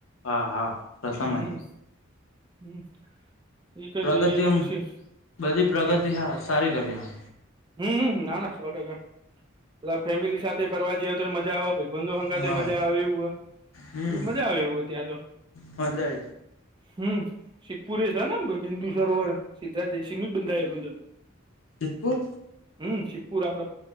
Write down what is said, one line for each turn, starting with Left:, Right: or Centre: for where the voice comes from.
Left: હા હા પ્રથમ
Right: હમ
Left: જ
Right: હમ ઈ કઈ
Left: પ્રગતિ
Right: જઈએ તો
Left: એમ
Right: પછી
Left: બધી પ્રગતિ
Right: હમ
Left: હા સારી કરી એમ
Right: હમ નાના સો ટકા પ ફેમિલી સાથે ફરવા જઈ તો મજા આવે ભ
Left: હા
Right: મજા આવે
Left: હમ
Right: મજા આવેય ત્યાં તો
Left: મજા
Right: હમ સિ્પુરે છે ને બિંદુ સરોવર સિ્ધરાજ જયસિંહું જ બંધાયેલું છે
Left: જિતપુર
Right: હમ સપુર આપે